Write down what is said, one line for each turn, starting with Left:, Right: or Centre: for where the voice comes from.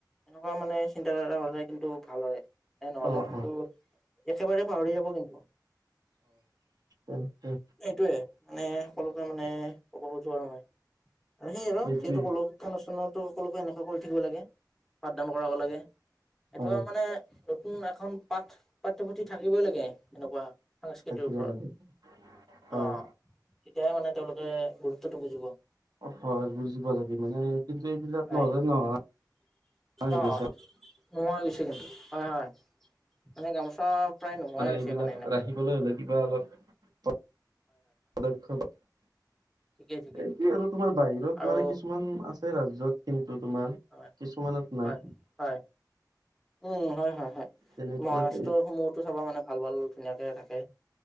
Centre: এনেকুৱা মানে চিন্তাধাৰা হলে কিন্তু ভাল হয়। এ নহলে
Right: অ',
Centre: কিন্তু,
Right: অ',
Centre: একেবাৰে পাহৰি যাব কিন্তু।
Right: উম উ,
Centre: এইটোয়ে মানে সকলোকে মানে ক'ব খোজো আৰু মই। সেই আৰু
Right: সেইটোৱে
Centre: যিহেতু ক'লোঁ তো সকলোকে এনেকুৱা কৰি থাকিব লাগে। পাঠদান কৰাব লাগে।
Right: হয়-হয়
Centre: এইটো আৰু মানে নতুন এখন পাঠ পাঠ্যপুথি থাকিবই লাগে এনেকুৱা সাংস্কৃতিৰ
Right: থাকিব
Centre: ওপৰত।
Right: লাগে হয়
Centre: আহ। তেতিয়াই মানে তেওঁলোকে গুৰুত্বটো বুজিব।
Right: হয় বুজিব লাগিব। মানে কিন্তু এইবিলাক
Centre: হয়
Right: নহলে নোহোৱা হৈ
Centre: অ
Right: গৈছে
Centre: নোহোৱা গৈছে কিন্তু হয়, হয় মানে গামোচ আ প্ৰায় নোহোৱাই হৈছে
Right: এইবিলাক
Centre: মানে এনেকাই।
Right: ৰাখিবলৈ হ'লে কিবা অলপ <unintelligible>
Centre: ঠিকেই ঠিকেই
Right: এইটো
Centre: ঠিকেই
Right: আৰু তোমাৰ বাহিৰত
Centre: আৰু
Right: মানে কিছুমান আছে ৰাজ্যত। কিন্তু তোমাৰ
Centre: হয়,
Right: কিছুমানত নাই
Centre: হয়, হয়। উম, হয়, হয়, হয়
Right: তেনেকুৱাতে
Centre: মহাৰাষ্ট্ৰসমূহতো চাবা মানে ভাল ভাল ধুনীয়াকে থাকে।